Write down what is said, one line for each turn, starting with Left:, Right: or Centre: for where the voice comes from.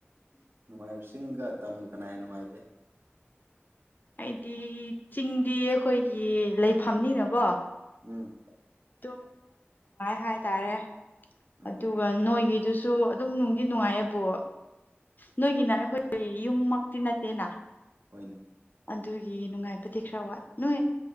Right: ꯅꯨꯡꯉꯥꯏꯕꯁꯤꯡꯒ ꯇꯝꯒ ꯀꯅꯥꯍꯦꯟ ꯅꯨꯡꯉꯥꯏꯒꯦ
Left: ꯑꯩꯗꯤ ꯆꯤꯡꯗꯤ ꯑꯩꯈꯣꯏꯒꯤ ꯂꯩꯐꯝꯅꯤꯅꯀꯣ
Right: ꯎꯝ
Left: ꯗꯨꯝ ꯅꯨꯡꯉꯥꯏ ꯍꯥꯏꯇꯥꯔꯦ
Right: ꯑꯣ
Left: ꯑꯗꯨꯒ ꯅꯣꯏꯒꯤꯗꯨꯁꯨ ꯁꯨ ꯑꯗꯨꯝ ꯅꯨꯡꯒꯤ ꯅꯨꯡꯉꯥꯏꯌꯦꯕꯨ ꯅꯣꯏꯒꯤꯅ ꯑꯩꯈꯣꯏ ꯌꯨꯝꯃꯛꯇꯤ ꯅꯠꯇꯦꯅ
Right: ꯍꯣꯏꯅꯦ
Left: ꯑꯗꯨꯒꯤ ꯅꯨꯡꯉꯥꯏꯕꯗꯤ ꯈꯔ ꯋꯥꯠ ꯅꯣꯏ